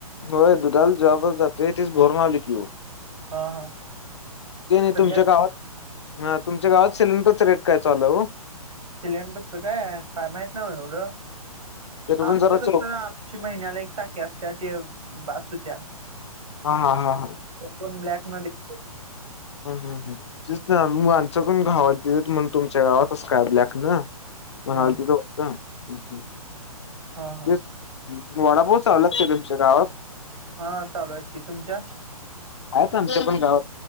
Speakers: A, on the left; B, on the right.
A: होय दुधाल जॉबलाच जातोय तीच भरून आलो की ओ.
B: हा हा
A: ते नाही
B: सध्या
A: तुमच्या गावात- ह तुमच्या गावात सिलेंडरचा रेट काय चाललं हो?
B: सिलेंडरचं काय काय माहत नाय ओ एवढं
A: ते पण
B: आमचं
A: जरा
B: कस-
A: चौक
B: आमची महिन्याला एक टाकी असतीया ते बाास होतीया.
A: हा हा हा हा.
B: पण ब्लॅक ना <unintelligible>
A: ह ह हा तेच ना मग आमच पण गावाात देत म्हणतो मी तुमच्या गावातच कस काय ब्लॅकन <unintelligible>
B: हा हा हा
A: तेच वडापाोव चालात का तुमच्या गावात?
B: हा चालू आहेत. की तुमच्या?
A: आहेत आमच्या पण गावात